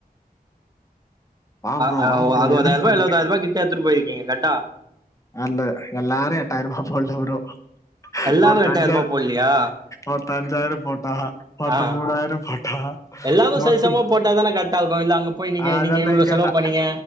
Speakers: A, on the left; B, on the right.
A: வா
B: ஆ
A: ப்ரோ
B: அ
A: வா
B: ஒ
A: ப்ரோ
B: அறுவதாயாரூவா
A: எதிர்பார்க்கறேன்
B: எழவதாயாரூவா கிட்ட எத்துட்டு போயிருக்கீங்க கர்ட்டா
A: அல்ல எல்லாரு எட்டாயிரூபா போடல புரோ
B: எல்லாரு
A: ஒருத்த
B: எட்டாயிர
A: அஞ்சா
B: ரூபா போட்லயா
A: ஒருத்த அஞ்சாயிரோ போட்டா ஒருத்த
B: ஆ
A: மூனாயிரோ போட்டா
B: எல்லாரு
A: மொத்தும்
B: சரிசமமா போட்டாதான கரெக்டா இருக்கு இல்ல அங்க போய் நீங்க
A: அதெல்லா
B: நீங்க இவ்ளோ
A: இங்கல்ல
B: செலவு பண்ணீங்க